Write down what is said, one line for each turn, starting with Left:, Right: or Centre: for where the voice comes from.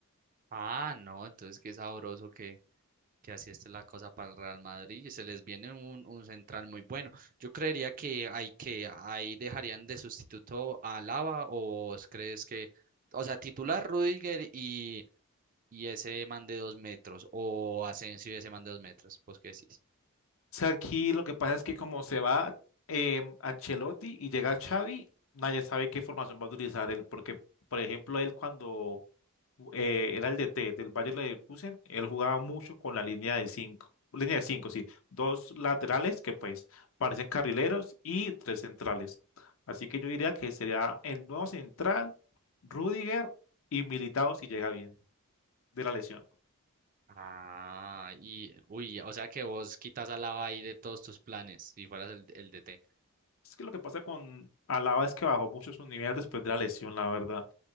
Right: Ah, no, entonces qué sabroso que así está la cosa para el Real Madrid y se les viene un, un central muy bueno. Yo creería que hay que ahí dejarían de sustituto a Alaba o vos crees que, o sea, titular Rudiger y, y ese man de dos metros o Asensio y ese man de dos metros, pues qué decís.
Left: O sea, aquí lo que pasa es que como se va eh, Ancelotti y llega Xavi, nadie sabe qué formación va a utilizar él, porque, por ejemplo, él cuando eh, era el DT del Bayern Leverkusen, él jugaba mucho con la línea de cinco, línea de cinco, sí, dos laterales que pues parecen carrileros y tres centrales. Así que yo diría que sería el nuevo central, Rudiger y Militao si llega bien de la lesión.
Right: Ah, y uy, o sea que vos quitas a Alaba ahí de todos tus planes si fueras el, el DT.
Left: Es que lo que pasa con Alaba es que bajó mucho su nivel después de la lesión, la verdad.